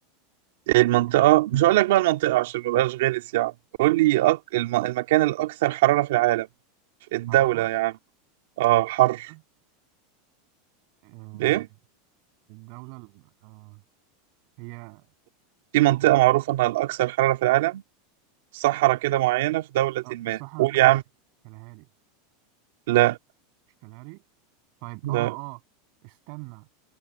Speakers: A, on the right; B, on the right.
A: المنطقة مش هقول لك بقى المنطقة عشان ما بقاش غلس يعني قول لي أك... الم... المكان الأكثر حرارة في العالم الدولة
B: حرارة
A: يعني اه حر
B: دولة آه
A: إيه؟
B: الدولة ال- آه هي
A: في منطقة معروفة إنها الأكثر حرارة في العالم صحراء كده معينة في دولة
B: آه
A: ما
B: الصحراء
A: قول
B: الكالهاري
A: يا عم
B: كالهاري
A: لا
B: مش كالهاري طيب
A: لا
B: اه اه استنى